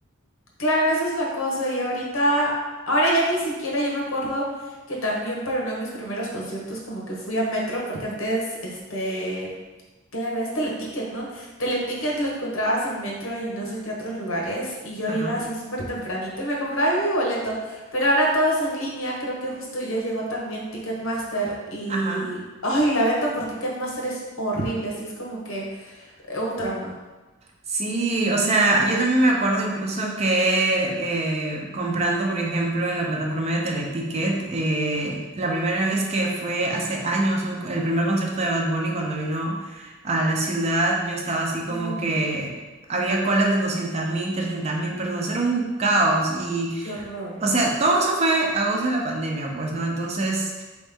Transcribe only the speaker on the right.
<laughs>
Ajá,
ajá.
Sí, o sea, yo también me acuerdo incluso que eh, comprando, por ejemplo, en la plataforma de Teleticket, eh, la primera vez que fue hace años, un- el primer concierto de Bad Bunny cuando vino a la ciudad, yo estaba así como
que había colas de doscientas mil, trescientas mil personas, era un caos
o sea, todo eso fue a causa de la pandemia, pues, ¿no? Entonces,